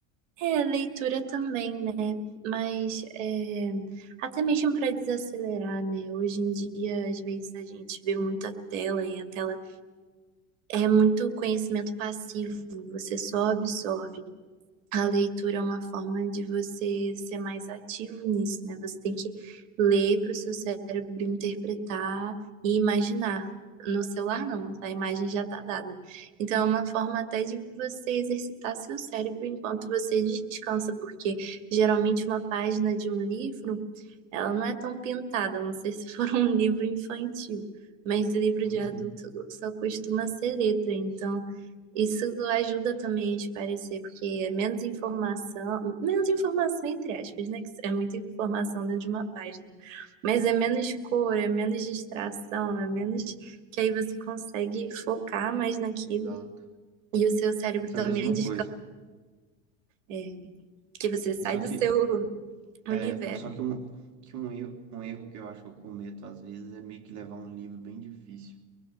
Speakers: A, on the right (about 75°); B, on the right (about 45°).
A: é, leitura também, né? Mas é, até mesmo para desacelerar, né? Hoje em dia, às vezes a gente vê muita tela e a tela é muito conhecimento passivo, você só absorve. a leitura é uma forma de você ser mais ativo nisso, né? Você tem que ler para o seu cérebro interpretar e imaginar. No celular, não, a imagem já está dada. Então, é uma forma até de você exercitar seu cérebro enquanto você descansa, porque geralmente uma página de um livro, ela não é tão pintada, não sei se for um <laughs> livro infantil, mas livro
B: Sim,
A: de adulto
B: sim.
A: só costuma ser letra. Então, isso ajuda também a esclarecer, porque é menos informação, menos informação entre aspas, né? Que é muita informação dentro de uma página. Mas é menos cor, é menos distração, é menos que aí você consegue focar mais naquilo
B: Exato.
A: e o seu cérebro
B: Penso
A: também
B: a mesma
A: descansa,
B: coisa.
A: é, que você sai
B: Só
A: do
B: que
A: seu universo.
B: é, só que um que um erro, um erro que eu acho que eu cometo às vezes é meio que levar um livro bem difícil